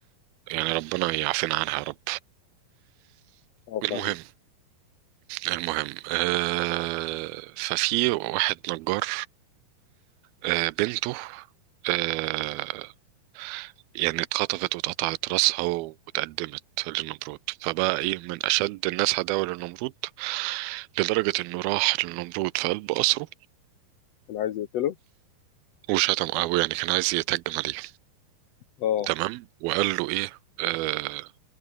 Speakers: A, on the right; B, on the left.
A: يعني ربنا يعافينا عنها يا رب
B: اه
A: المهم
B: فاهم
A: المهم آه ففي واحد نجار آه بنته آه يعني اتخطفت واتقطعت راسها واتقدمت للنمرود فبقى ايه من اشد الناس عداوة للنمرود لدرجة انه راح للنمرود في قلب قصره
B: كان عايز يقتله
A: وشتم قوي يعني كان عايز يتهجم عليه
B: اه
A: تمام وقال له ايه آه